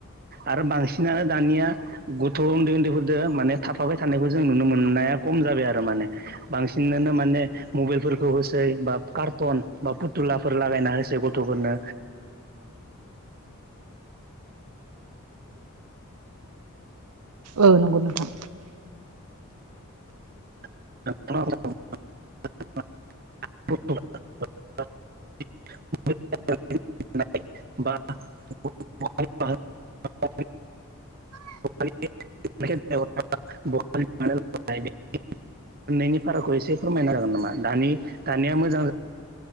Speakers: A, on the right; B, on the right.
A: आरो बांसिनानो दानिया गथ' उन्दै-उन्दैफोरदो माने थाफाबाय थानायखौ जों नुनो मोननाया खम जाबाय आरो माने बांसिनानो माने मबाइलफोरखौ होसै बा कार्टन बा फुथुलाफोर लागायना होसै गथ'फोरनो
B: औ नंगौ नोंथां
A: <unintelligible> <unintelligible>
B: <inaudible>
A: <unintelligible> मोनायनि फाराखौ एसे फोरमायना होजागोन नामा दानि दानिया मोजां